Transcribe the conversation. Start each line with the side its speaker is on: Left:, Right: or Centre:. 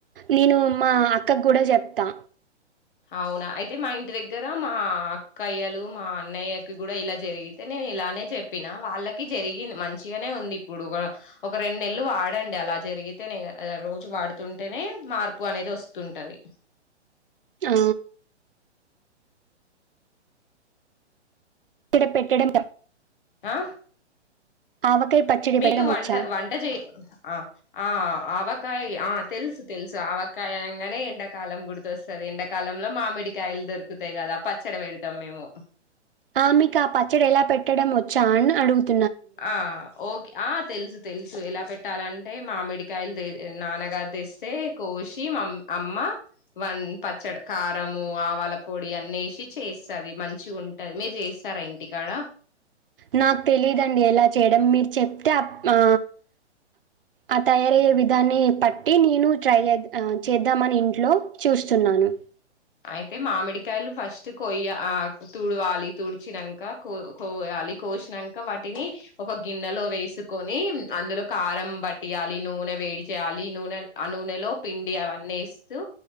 Right: నేను మా అక్కకు కూడా చెప్తా.
Left: అవునా అయితే మా ఇంటి దగ్గర మా అక్కయ్యలు మా అన్నయ్యకి కూడా ఇలా జరిగితే నేను ఇలానే చెప్పినా, వాళ్ళకి జరిగింది మంచిగానే ఉంది ఇప్పుడు. వ ఒక రెండు నెలలు వాడండి అలా జరిగితేనే గద రోజు వాడుతుంటేనే మార్పు అనేది వస్తుంటది.
Right: ఆ ఇడ పెట్టడం
Left: ఆ
Right: ఆవకాయ పచ్చడి
Left: మీకు
Right: పెట్టడం
Left: వంట
Right: వచ్చా?
Left: వంట చేయ్ ఆ ఆ ఆవ కాయ్ ఆ తెలుసు తెలుసు ఆవకాయ అనంగానే ఎండాకాలం గుర్తొస్తది ఎండాకాలంలో మామిడికాయలు దొరుకుతాయి కదా పచ్చడి పెడుతాం మేము
Right: ఆ మీకాపచ్చడ ఎలా పెట్టడం ఒ చ్చన అడుగుతు
Left: ఆ ఓకే ఆ తెలుసు తెలుసు ఎలా పెట్టాలంటే మామిడికాయలు తే నాన్నగారు తెస్తే కోసి మా అమ్మ వం పచ్చడ్ కారము ఆవల పొడి అన్నేసి చేస్తది మంచిగుంటది మీరు చేస్తారా ఇంటికాడ
Right: నాకు తెలీదండి ఎలా చేయడం మీరు చెప్తే ఆప్ ఆ ఆ తయారే విధాన్ని బట్టి నేను ట్రై చె చేద్దామని ఇంట్లో చూస్తున్నాను
Left: అయితే మామిడికాయలు ఫస్ట్ కొయ్య ఆ తుడవాలి తుడిచినంక కో కోయాలి కోసినంక వాటిని ఒక గిన్నెలో వేసుకొని అందులో కారం పట్టయాలి నూనె వేడి చేయాలి నూనె ఆ నూనెలో పిండి అవన్నస్తూ